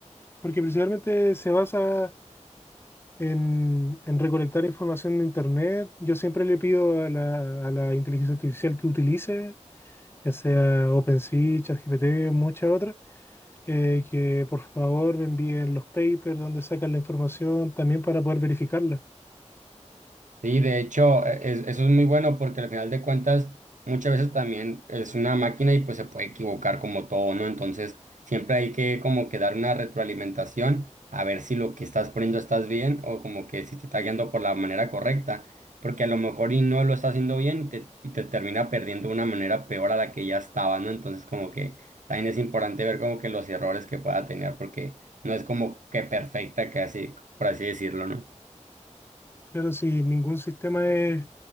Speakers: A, on the left; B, on the right.
A: porque principalmente se basa en, en recolectar información de Internet. Yo siempre le pido a la, a la inteligencia artificial que utilice, ya sea OpenAI, ChatGPT, muchas otras, eh, que por favor me envíen los papers donde sacan la información también para poder verificarla.
B: Sí, de hecho, e- es- eso es muy bueno porque al final de cuentas muchas veces también es una máquina y pues se puede equivocar como todo, ¿no? Entonces siempre hay que como que dar una retroalimentación a ver si lo que estás poniendo estás bien o como que si te está guiando por la manera correcta, porque a lo mejor y no lo está haciendo bien y te, y te termina perdiendo de una manera peor a la que ya estaba, ¿no? Entonces como que también es importante ver como que los errores que pueda tener porque no es como que perfecta, que así, por así decirlo, ¿no?
A: Claro, si ningún sistema es,